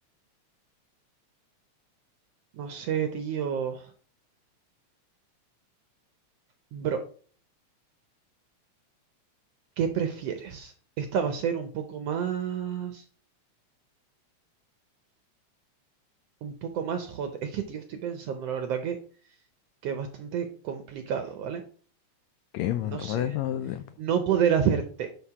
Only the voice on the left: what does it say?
¿Qué, man?
Tómate
todo tu tiempo.